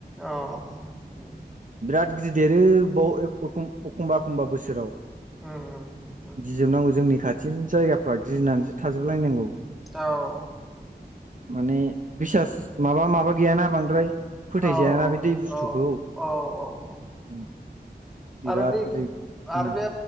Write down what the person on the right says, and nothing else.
बिराद गिदिर देरो बाव अख'-एखमबा एखमबा बोसोराव।
गिजोबनांगौ जोंनि खाथिनि जायगाफ्रा गिनानैसो थाजोबलायनांगौ।
माने बिसास माबा माबा गैय ना बांद्राय फोथाय
जाय ना बे दै बुस्थुखौ
ओम।
बिराद
गिदिर उओम।